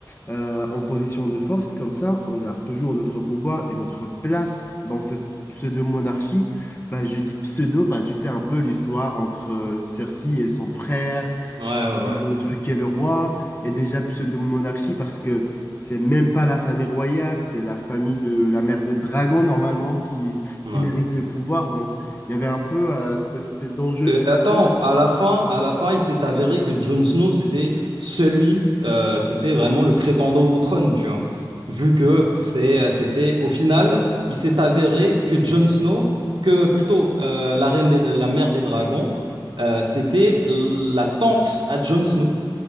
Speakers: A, on the left; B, on the right.
A: euh, en position de force. Comme ça, on garde toujours notre pouvoir et notre place dans cette pseudo-monarchie bah, je dis pseudo, bah, tu sais un peu l'histoire entre euh, Cersei et son frère,
B: Ouais, ouais,
A: ils
B: ouais.
A: ont truqué le roi, et déjà pseudo-monarchie parce que c'est même pas la famille royale, c'est la famille de la mère des dragons normalement qui,
B: Ouais.
A: qui mérite le pouvoir. Donc il y avait un peu euh, cette- ces enjeux
B: Euh, attends,
A: historiques.
B: à la fin, à la fin, il s'est avéré que Jon Snow, c'était celui, euh, c'était vraiment le prétendant au trône, tu vois. Vu que c'est, c'était, au final, il s'est avéré que Jon Snow, que plutôt euh, la reine des, la mère des dragons, euh, c'était la tante à Jon Snow.